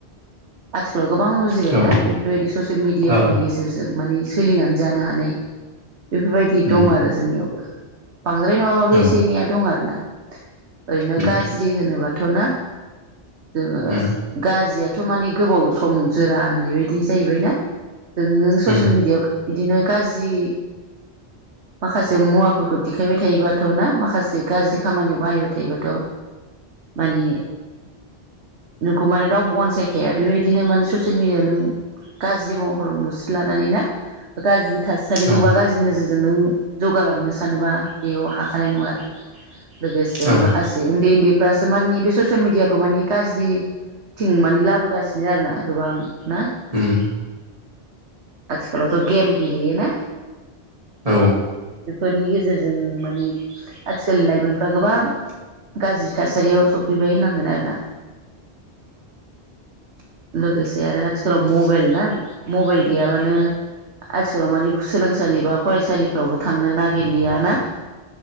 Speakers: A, on the right (about 80°); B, on the right (about 30°).
A: आथिखालाव गोबां बुजिबायना
B: औ
A: बेफोरबायदि ससियेल मिडियानि
B: औ
A: गेजेरजों माने सोलिनानै जानो हानाय। बेफोरबायदि दं
B: उम
A: आरो जोंनियावबो बांद्राय नङाबो
B: औ
A: एसे एनैया दं आरो ना ओरैनो
B: उम
A: गाज्रि होनोबा थ' ना जोङो
B: उम
A: गाज्रियाथ' माने गोबाव सम जोरा होननाय बायदि जाहैबाय ना? जों नों ससियेल
B: उम
A: मिडियाव गो बिदिनो गाज्रि माखासे मुवाफोरखौ देखायबाय थायोबाथ' ना माखासे गाज्रि खामानियाव बाहायबाय थायोबाथ' माने नोंखौ माने रावबो अनसायखाया बेबायदिनो माने ससियेल मिडियाव नों गाज्रि महर मुस्रि लानानै ना गाज्रि थासारिजों
B: औ
A: बा गाज्रि नोजोरजों जों नों जौगालांनो सानोबा बेयाव हाखानाय नङा आरो लोगोसे
B: औ
A: माखासे ओन्दै ओन्दै फ्रासो मानानि बे ससियेल मिडियाखौ माने गाज्रिथिं माने लाबोगासिनो आरोना गोबां ना
B: उम
A: आथिखालावथ' गेम गेलेयो ना?
B: औ
A: बेफोरनि गेजेरजों मानि आथिखालनि लाइमोनफ्रा गोबां गाज्रि थासारियाव सफैबाय होनांगोन आरोना लेगोसे आरो आथिखालाव मबेल ना मबेल गैयाबानो आथिखालाव माने सोलोंसालि बा फरायसालिफ्रावबो थांनो नागिरलिया ना?